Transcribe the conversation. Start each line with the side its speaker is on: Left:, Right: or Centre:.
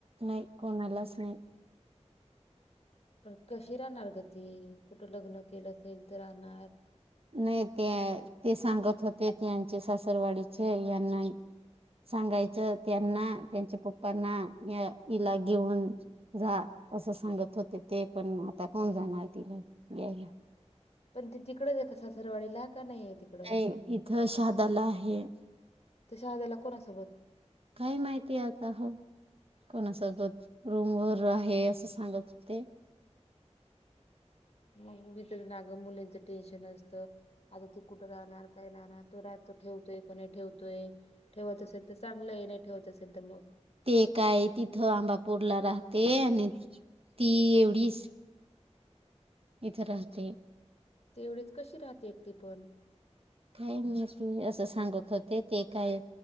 Right: नाही कोणालाच नाही
Left: पण कशी राहणार गं ती कुठं लग्न केलं असेल तर राहणार
Right: नाही ते ते सांगत होते त्यांचे सासरवाडीचे यांना सांगायचं त्यांना त्यांच्या पप्पांना या हिला घेऊन जा असं सांगत होते ते पण आता कोण जाणार तिला यायला
Left: पण ती तिकडच आहे का सासरवाडीला का नाही आहे तिकडं
Right: नाही इथं शहादाला आहे
Left: तर शहाद्याला कोणासोबत
Right: काय माहितीय आता हो कोणासोबत रूम वर आहे असं सांगत होते
Left: मग मीथ नागं मुलींच टेन्शन असत आता तू कुठं राहणार काय राहणार तो राहतोय ठेवतोय क नाही ठेवतोय ठेवत असेल तर चांगलं आहे नाही ठेवत असेल तर मग
Right: ते काय तिथं आंबापूरला राहते आणि ती एवढीच इथं राहते
Left: ती एवढीच कशी राहते एकट पण
Right: काय म असं सांगत होते ते काय